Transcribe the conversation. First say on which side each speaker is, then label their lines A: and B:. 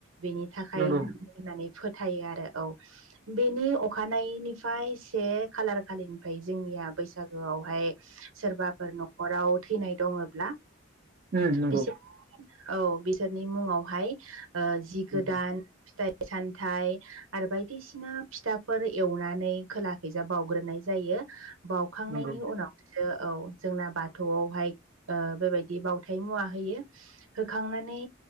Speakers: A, on the right; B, on the right.
A: बेनि थाखाय
B: नंगौ
A: होननानै
B: नंगौ
A: फोथायो आरो औ बेनि अखानायैनिफ्राय से खालार खालिनिफ्राय जोंनिया बैसागोआवहाय सोरबाफोर न'खराव थैनाय दङब्ला
B: नंगौ
A: बिसो औ बिसोरनि मुङावहाय ओ जि गोदान
B: उम
A: फिथाइ सामथाइ आरो बायदिसिना फिथाफोर एवनानै खोलाखैजा बावग्रोनाय जा जायो बावखांनायनि
B: नंगौ
A: उनाव ओ औ जोंना बाथौआवहाय ओ बेबायदि बावथाय मुवा होयो होखांनानै